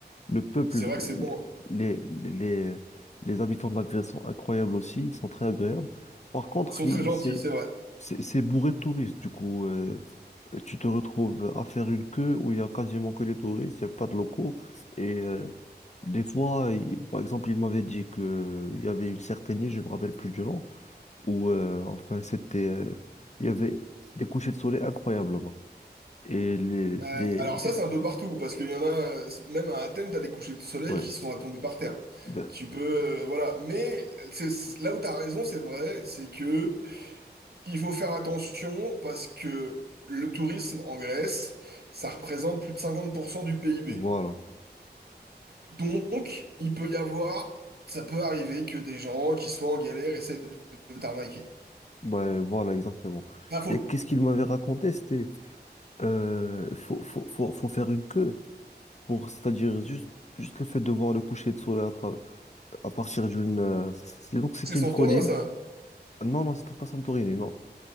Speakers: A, on the left (about 40°); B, on the right (about 65°).
A: Le peuple,
B: C'est vrai que c'est bon. hein.
A: les, les, les, les habitants de la Grèce sont incroyables aussi, ils sont très agréables. Par contre,
B: Ils sont
A: il-
B: très gentils,
A: c'est,
B: c'est vrai.
A: c'est c'est bourré de touristes, du coup. euh, euh, tu te retrouves à faire une queue où il y a quasiment que les touristes, il n'y a pas de locaux. Et euh, des fois, il- par exemple, il m'avait dit que euh, il y avait une certaine île, je ne me rappelle plus du nom, où euh, enfin c'était, euh, il y avait des couchers de soleil incroyables là-bas. Et les,
B: Euh,
A: les,
B: alors ça,
A: les-
B: c'est un peu partout, parce qu'il y en a, euh, c'est- même à Athènes, t'as des couchers de soleil
A: ouais,
B: qui sont à tomber par terre.
A: ben,
B: Tu peux, euh, voilà. Mais c'est, c'est- là où t'as raison, c'est vrai, c'est que il faut faire attention, parce que le tourisme en Grèce, ça représente plus de 50% du PIB.
A: voilà,
B: Donc, il peut y avoir, ça peut arriver que des gens qui soient en galère essaient de t'arnaquer.
A: ouais, voilà exactement.
B: Bah, faut
A: Et qu'est-ce qu'il m'avait raconté? C'était, euh, faut, faut, faut, faut faire une queue. pour, c'est-à-dire juste, juste le fait de voir le coucher de soleil à, tra- à partir d'une. euh, Disons que c'était
B: c'est Santorin,
A: une colline.
B: ça.
A: Non, non, c'était pas Santorini, non.